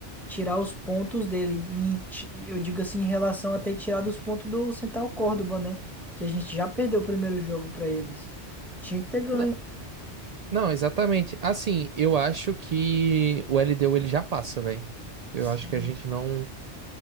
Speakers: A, in the centre; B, on the right.
A: tirar os pontos dele. Em- ti- eu digo assim, em relação a ter tirado os pontos do Central Córdoba, né? Que a gente já perdeu o primeiro jogo pra eles. Tinha que ter ganho.
B: Não, não, exatamente. Assim, eu acho que o LDU ele já passa, velho. Eu
A: Sim.
B: acho que a gente não.